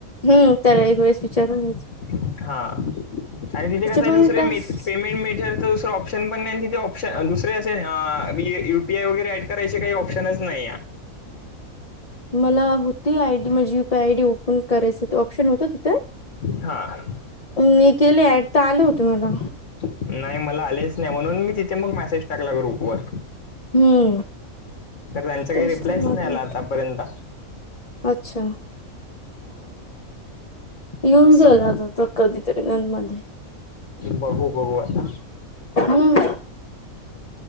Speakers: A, on the left; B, on the left.
A: हम्. त्याला एक वेळेस विचारून घ्यायचं.
B: हां, आणि तिथे कसं आहे.
A: पण
B: दुसरे
A: टास्क
B: मेधेड पेमेंट मेधेडच, दुसरं ऑप्शन पण नाही तिथे आॅप्श प्शन दुसरे असे, यू पी आय वगैरे ॲड करायचे काही ऑप्शनच नाही ये.
A: मला होती, आय डी मज U P I D open करायचं. ऑप्शन होत तिथे,
B: हां
A: मी केले ऍड तर आलं होत मला.
B: नाही मला आलेच नाही, म्हणून मी तिथे मग मेसेज टाकला ग्रुपवर.
A: हम्म.
B: तर त्यांचा काही
A: तेच
B: रिप्लायच
A: तर म्हटलं
B: नाही, आला आतापर्यंत.
A: अच्छा, येऊन
B: असं
A: जाईल आता तो. कधीतरी न मध्ये.
B: बघू बघू आता,
A: हम्म.